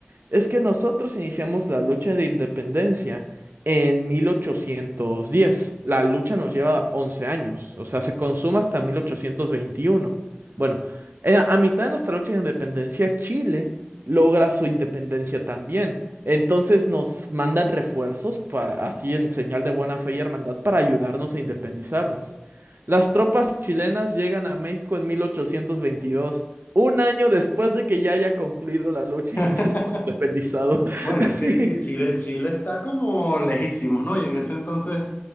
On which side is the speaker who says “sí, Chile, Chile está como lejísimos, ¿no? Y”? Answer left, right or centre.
Left